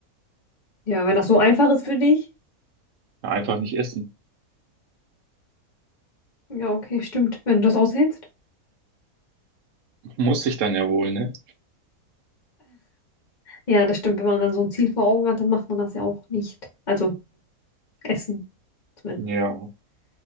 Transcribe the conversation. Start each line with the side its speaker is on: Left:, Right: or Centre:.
Left: Ja, wenn das so einfach ist für dich.
Right: Ja, Einfach nicht essen.
Left: Ja, okay, stimmt. Wenn du das aushältst.
Right: Muss sich dann ja wohl, ne?
Left: Ja, das stimmt. Wenn man dann so ein Ziel vor Augen hat, dann macht man das ja auch nicht. Also Essen zumindest.
Right: Ja,